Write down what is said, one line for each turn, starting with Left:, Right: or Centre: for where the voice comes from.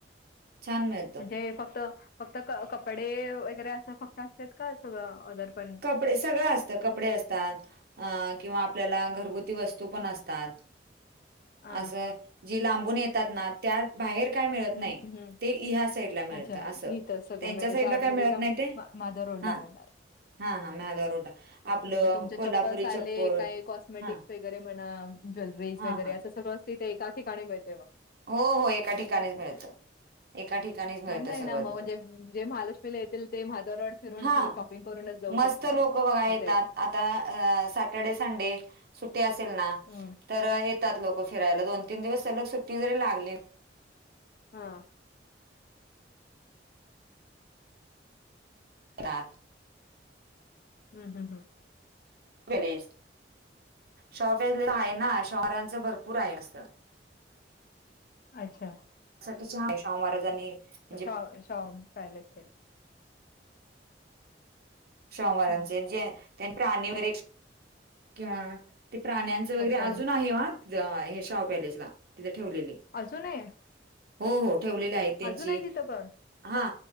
Right: छान मीळ
Left: म्हणजे फक्त फक्त कपडे वगैरे असं फक्त असतात का? सगळं ओदरपण.
Right: कपडे, सगळं असत. कपडे असतात. अ किंवा आपल्याला घरगुती वस्तू पण असतात.
Left: हा
Right: असं जी लांबून येतात ना. त्यात बाहेर काय मिळत
Left: हम्म
Right: नाही.
Left: हम्म हम्म.
Right: ते ह्या साईडला मिळत
Left: अच्छा
Right: असं.
Left: इथं सगळं
Right: त्यांच्या
Left: मिळेल
Right: साईडला
Left: त्या
Right: काय
Left: म्हणजे
Right: मिळत
Left: त्या
Right: नाही ते.
Left: मा- माधव रोडला
Right: हा.
Left: मिळणार
Right: हा हा मधवा रोडला. आपलं
Left: म्हणजे तुमचे
Right: कोल्हापुरी
Left: चप्पलस आले.
Right: चप्पल
Left: काय कॉस्मेटिक्स
Right: हां,
Left: वगैरे म्हणा. ज्वेलरीज
Right: हां,
Left: वगैरे
Right: हां.
Left: असं सगळं. तिथे एका ठिकाणी मिळते मग.
Right: हो हो एका ठिकाणीच मिळतं. एका ठिकाणीच. मिळतं
Left: चांगलंय
Right: सगळं
Left: ना म.
Right: तिथं.
Left: म्हणजे जे महालक्ष्मीला येतील. ते महाधवा रोड फिरून.
Right: हां,
Left: सगळं शॉपिंग करूनच जाऊ.
Right: मस्त
Left: शकतात.
Right: लोक बघा येतात.
Left: असेल
Right: आता सॅटर्डे संडे सुट्टे असेल ना.
Left: हम्म.
Right: तर येतात लोक फिरायला. दोन तीन दिवस सलग सुट्टी जरी लागली.
Left: ह.
Right: <unintelligible>
Left: हम्म हम्म हम्म
Right: गणेश शौफ आहे ना शहरांचं भरपूर आहे असत.
Left: अच्छा.
Right: त्या शाहू महाराजांनी म्हणजे
Left: <unintelligible> पॅलेट ते.
Right: शाहू महाराजांचे
Left: हं.
Right: जे त्यानी प्राणी वैगेरे किंवा ते प्राण्यांच वगैरे
Left: अच्छा.
Right: अजून आहे ह तिथे हे शाहू पॅलेसला तिथे ठेवलेले.
Left: अजून आहे.
Right: हो हो ठेवलेले आहेत. त्याची
Left: अजून आहे तिथं पण?
Right: हा